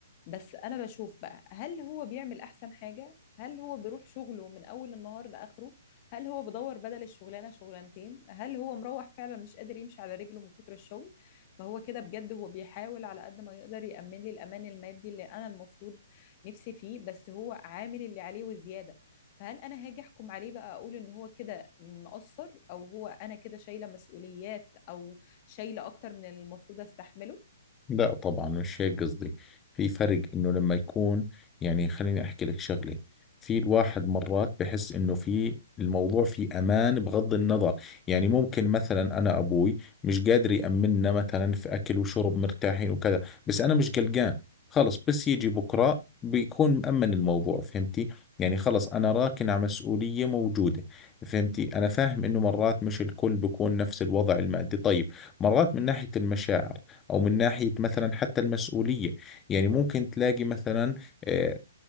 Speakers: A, on the left; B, on the left.
A: بس انا بشوف بقى هل هو بيعمل احسن حاجة هل هو بيروح شغله من اول النهار لاخره هل هو بدور بدل الشغلانة شغلانتين هل هو مروح فعلا مش قادر يمشي على رجله من كتر الشغل فهو كده بجد هو بيحاول على قد ما يقدر يأمن لي الامان المادي اللي انا المفروض نفسي فيه بس هو عامل اللي عليه وزيادة فهل انا هاجي احكم عليه بقى اقول ان هو كده مقصر او هو انا كده شايلة مسؤوليات او شايلة اكتر من اللي المفروض استحمله
B: لا طبعا مش هيك قصدي في فرق انه لما يكون يعني خليني احكي لك شغله في الواحد مرات بحس انه في الموضوع في امان بغض النظر يعني ممكن مثلا انا ابوي مش قادر يامننا مثلا في اكل وشرب مرتاحين وكذا بس انا مش قلقان خلص بس يجي بكره بيكون مأمن الموضوع فهمتي يعني خلص انا راكن على مسؤولية موجودة فهمتي انا فاهم انه مرات مش الكل بيكون نفس الوضع المادي طيب مرات من ناحية المشاعر او من ناحيه مثلا حتى المسؤوليه يعني ممكن تلاقي مثلا آه،